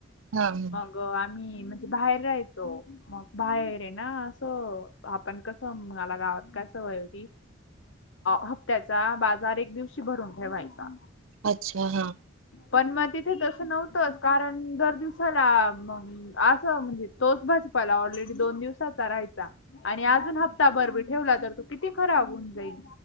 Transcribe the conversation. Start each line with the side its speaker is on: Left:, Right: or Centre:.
Right: हा ह.
Left: ग आम्ही म्हणजे, बाहेर राहायचो. मग बाहेर येना असं, आपण कसं मला गावात का सवय होती, हप्त्याचा बाजार एक दिवशी भरून ठेवायचा.
Right: अच्छा! हा.
Left: पण मग तिथे तसं नव्हतचं कारण, दर दिवसाला असं म्हणजे तोच भाजपाला ऑलरेडी दोन दिवसाचा राहायचा, आणि अजून हप्ताभर बी ठेवला तर त किती खराब होऊन जाईल,